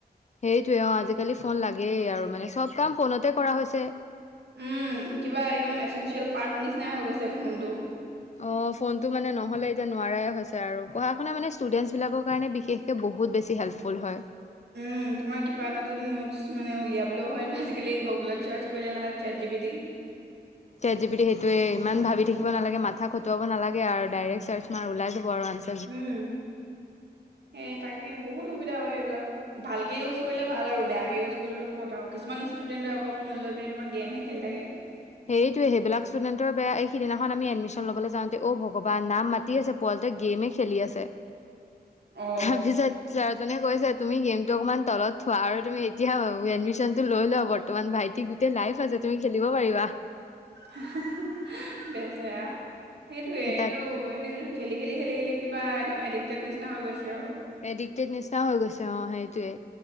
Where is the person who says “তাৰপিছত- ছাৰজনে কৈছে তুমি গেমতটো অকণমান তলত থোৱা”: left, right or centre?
Left